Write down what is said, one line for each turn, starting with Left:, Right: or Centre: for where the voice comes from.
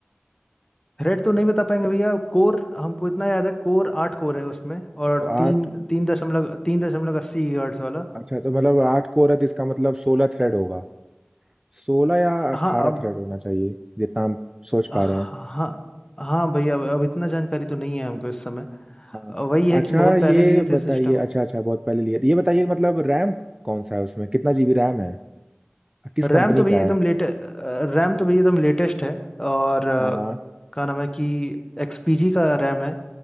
Left: थ्रेड तो नहीं बता पाएंगे भैया कोर हमको इतना याद है कोर आठ कोर है उसमें और
Right: तो आठ
Left: तीन तीन दशमलव तीन दशमलव अस्सी हर्ट्ज वाला
Right: अच्छा तो मतलब आठ कोर है तो इसका मतलब सोलह थ्रेड होगा सोलह या अट्ठारह
Left: हाँ अब
Right: थ्रेड होना चाहिए जितना हम सोच
Left: हाँ
Right: पा रहे हैं
Left: हाँ भैया अब अब इतना जानकारी तो नहीं है हमको इस समय
Right: हाँ
Left: अ, वही है
Right: अच्छा
Left: कि बहुत
Right: ये
Left: पहले लिए
Right: बताइए
Left: थे सिस्टम
Right: अच्छा अच्छा बहुत पहले लिया था। ये बताइए मतलब रैम कौन सा है उसमें कितना जीबी रैम है किस
Left: रैम
Right: कंपनी
Left: तो भैया
Right: का
Left: एकदम
Right: है
Left: लेटे रैम तो भैया एकदम लेटेस्ट है और अ,
Right: हाँ हाँ
Left: क्या नाम है कि XPG का रैम है